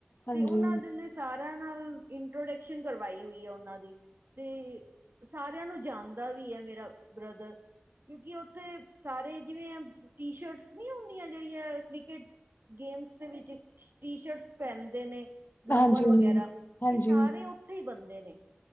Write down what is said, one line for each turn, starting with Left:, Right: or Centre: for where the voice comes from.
Left: ਹਾਂਜੀ ਹਾਂਜੀ
Right: ਤੇ ਓਨਾਂ ਦੇ ਸਾਰਾ ਨਾਲ ਇੰਟਰੋਡਕਸ਼ਨ ਕਰਵਾਈ ਹੋਈ ਆ ਓਨਾਂ ਦੀ ਤੇ ਸਾਰੇਆਂ ਨੂੰ ਜਾਨਦਾ ਵੀ ਐ ਮੇਰਾ ਬ੍ਰਦਰ ਕੇਉਂਕਿ ਓਥੇ ਸਾਰੇ ਜਿਵੇਂ ਟੀ ਸ਼ਰਟਸ ਨੀ ਹੁੰਦੀਆਂ ਜਿਹੜੀਆਂ ਕ੍ਰਿਕਟ ਗੇਮਸ ਦੇ ਵਿੱਚ ਟੀ ਸ਼ਰਟਸ ਪੈਨਦੇ ਨੇ, ਲੋਵਰ
Left: ਹਾਂਜੀ
Right: ਵਗੈਰਾ
Left: ਹਾਂਜੀ
Right: ਇਹ ਸਾਰੇ ਓਥੇ ਹੀ ਬੰਦੇ ਨੇ